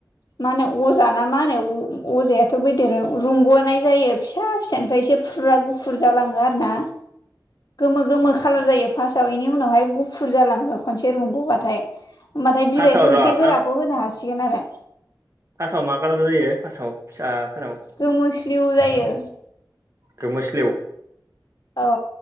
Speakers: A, on the left; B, on the right.
A: मा होनो अजा ना मा होनो अ अजायाथ' बे देर रुंग'नाय जायो। फिसा फिसानिफ्राय एसे फुरा गुफुर जालाङो आरो ना गोमो गोमो खालार जायो फास्टआव इनि उनावहाय गुफुर जालाङो खनसे रुंगबाथाय होमबाथाय बिलाइखौ
B: फार्स्टआव
A: एसे
B: र' आं
A: गोराखौ होनो हासिगोन आरो
B: फास्टआव मा कालार जायो फास्टआव फिसाफोराव?
A: गोमोस्रिउ जायो।
B: गोमोस्लिउ
A: औ